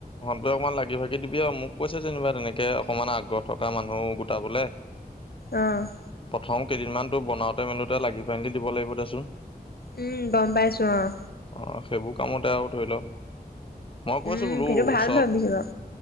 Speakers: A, on the left (about 35°); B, on the left (about 80°).
A: তই অকমান লাগি ভাগি দিবি আৰু মোক কৈছে যেনিবা তেনেকে অকমান আগ্ৰহ থকা মানুহ গোটাবলে
B: অৱ।
A: প্ৰথম কেইদিনমানতো বনাওঁতে মেলোতে লাগি পাইলি দিব লাগিব দেচোন।
B: উম গম পাইছো অৱ।
A: অ সেইবোৰ কামতে আৰু ধৰি লও, মই কৈছো
B: উম
A: বোলো
B: সেইটো ভাল
A: চব,
B: ভাবিছো বাৰু